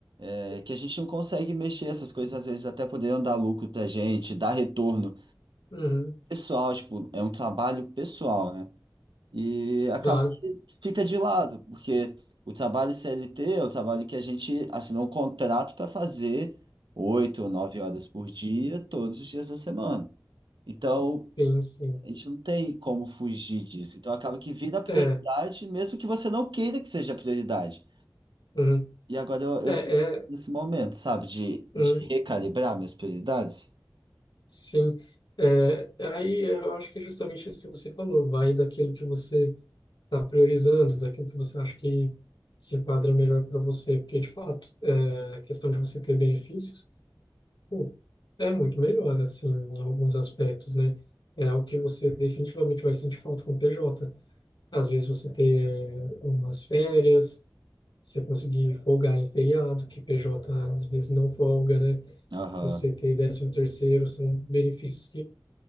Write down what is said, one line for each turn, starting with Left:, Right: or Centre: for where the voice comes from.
Right: é que a gente não consegue mexer, essas coisas às vezes até poderiam dar lucro pra gente, dar retorno
Left: uhum,
Right: pessoal, tipo, é um trabalho pessoal, né? E acaba
Left: claro,
Right: que fica de lado, porque o trabalho CLT é o trabalho que a gente assinou um contrato para fazer oito ou nove horas por dia, todos os dias da semana. Então,
Left: sim, sim,
Right: a gente não tem como fugir disso. Então, acaba que vira prioridade,
Left: é,
Right: mesmo que você não queira que seja prioridade.
Left: uhum,
Right: E agora eu, eu
Left: é, é,
Right: sinto que eu tô nesse momento, sabe? De,
Left: uhum,
Right: de recalibrar minhas prioridades.
Left: Sim, é, aí eu acho que é justamente isso que você falou, vai daquilo que você está priorizando, daquilo que você acha que se enquadra melhor para você, porque de fato, é, a questão de você ter benefícios, pô, é muito melhor, assim, em alguns aspectos, né? É o que você definitivamente vai sentir falta com o PJ. Às vezes você ter umas férias, você conseguir folgar em feriado, que PJ às vezes não folga, né?
Right: Aham.
Left: Você ter décimo terceiro, são benefícios